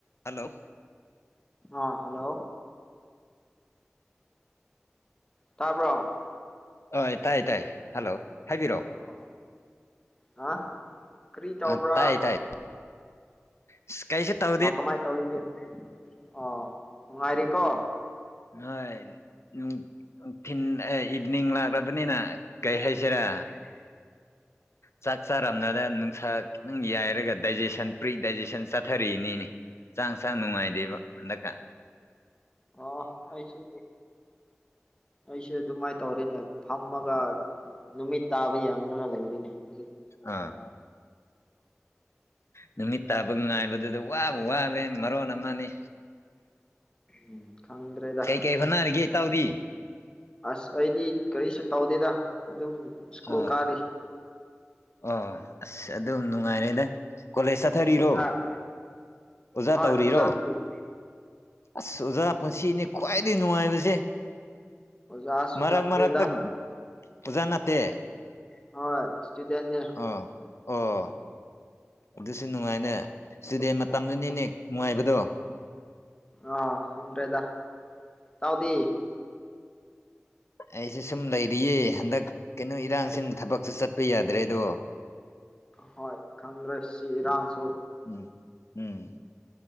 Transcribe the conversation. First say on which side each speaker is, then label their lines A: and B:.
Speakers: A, on the left (about 70°); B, on the left (about 20°).
A: Hello
B: ꯑꯥ hello ꯇꯥꯕ꯭ꯔꯣ
A: ꯑ ꯇꯥꯏ ꯇꯥꯏ ꯍꯜꯂꯣ ꯍꯥꯏꯕꯤꯔꯣ
B: ꯑ ꯍꯥ ꯀꯔꯤ ꯇꯧꯕ꯭ꯔꯥ
A: ꯑ ꯇꯥꯏ ꯇꯥꯏ ꯑꯁ ꯀꯩꯁꯨ ꯇꯧ
B: ꯑꯥ ꯀꯃꯥꯏ ꯇꯧꯔꯤꯒꯦ ꯑꯣ ꯅꯨꯡꯉꯥꯏꯔꯤꯀꯣ
A: ꯍꯣꯏ ꯅꯨꯡ ꯅꯨꯡꯊꯤꯟ ꯏꯚꯅꯤꯡ ꯂꯥꯛꯂꯕꯅꯤꯅ ꯀꯩ ꯍꯥꯏꯁꯤꯔꯥ
B: <inaudible>
A: ꯆꯥꯛ ꯆꯥꯔꯝꯅꯗ ꯅꯨꯡꯁꯥ ꯈꯤꯇꯪ ꯌꯥꯏꯔꯒ ꯗꯥꯏꯖꯦꯁꯟ ꯄ꯭ꯔꯤ ꯗꯥꯏꯖꯦꯁꯟ ꯆꯠꯊꯔꯤꯅꯤꯅꯤ ꯍꯛꯆꯥꯡꯁꯦ ꯌꯥꯝ ꯅꯨꯡꯉꯥꯏꯗꯦꯕ ꯍꯟꯗꯛꯀꯥꯟ
B: ꯑꯣ ꯑꯩꯁꯨ ꯑꯩꯁꯨ ꯑꯗꯨꯃꯥꯏ ꯇꯧꯔꯤꯅꯦ ꯐꯝꯃꯒ ꯅꯨꯃꯤꯠ ꯇꯥꯕ ꯌꯦꯡꯂꯔꯒ ꯂꯩꯔꯤꯅꯦ ꯍꯧꯖꯤꯛ
A: ꯑꯥ ꯅꯨꯃꯤꯠ ꯇꯥꯕ ꯉꯥꯏꯕꯗꯨꯗ ꯋꯥꯕ ꯋꯥꯕꯦ ꯃꯔꯣꯟ ꯑꯃꯅꯤ
B: ꯎꯝ ꯈꯡꯗ꯭ꯔꯦꯗ
A: ꯀꯩ ꯍꯣꯠꯅꯔꯤꯒꯦ ꯏꯇꯥꯎꯗꯤ
B: ꯑꯁ ꯑꯩꯗꯤ ꯀꯔꯤꯁꯨ ꯇꯧꯗꯦꯗ ꯑꯗꯨꯝ ꯁ꯭ꯀꯨꯜ
A: ꯑꯥ
B: ꯀꯥꯔꯤ
A: ꯑꯣ ꯑꯁ ꯑꯗꯨꯝ ꯅꯨꯡꯉꯥꯏꯔꯦꯗ ꯀꯣꯂꯦꯖ ꯆꯠ ꯆꯊꯔꯤꯔꯣ
B: ꯑꯣꯖꯥ
A: ꯑꯣꯖꯥ
B: ꯍꯣꯏ
A: ꯇꯧꯔꯤꯔꯣ
B: ꯑꯣꯖꯥꯗꯤ
A: ꯑꯁ ꯑꯣꯖꯥ ꯄꯨꯟꯁꯤꯅꯦ ꯈ꯭ꯋꯥꯏꯗꯒꯤ ꯅꯨꯡꯉꯥꯏꯕꯁꯦ
B: ꯑꯣꯖꯥꯁꯨ
A: ꯃꯔꯛ
B: ꯅꯠꯇꯦꯗ
A: ꯃꯔꯛꯇ ꯑꯣꯖꯥ ꯅꯥꯇꯦ
B: ꯍꯣꯏ ꯏꯁꯇꯨꯗꯦꯟꯅꯦ
A: ꯑꯥ ꯑꯣ ꯑꯗꯨꯁꯨ ꯅꯨꯡꯉꯥꯏꯅꯦ ꯏꯁꯇꯨꯗꯦꯟ ꯃꯇꯝꯗꯨꯅꯤꯅꯦ ꯅꯨꯡꯉꯥꯏꯕꯗꯣ
B: ꯑꯥ ꯈꯪꯗ꯭ꯔꯦꯗ ꯏꯇꯥꯎꯗꯤ
A: ꯑꯩꯁꯦ ꯁꯨꯝ ꯂꯩꯔꯤꯌꯦ ꯍꯟꯗꯛ ꯀꯩꯅꯣ ꯏꯔꯥꯡꯁꯤꯅ ꯊꯕꯛꯁꯨ ꯆꯠꯄ ꯌꯥꯗ꯭ꯔꯦꯗꯣ
B: ꯍꯣꯏ ꯈꯪꯗ꯭ꯔꯦ ꯁꯤ ꯏꯔꯥꯡꯁꯨ
A: ꯎꯝ ꯎꯝ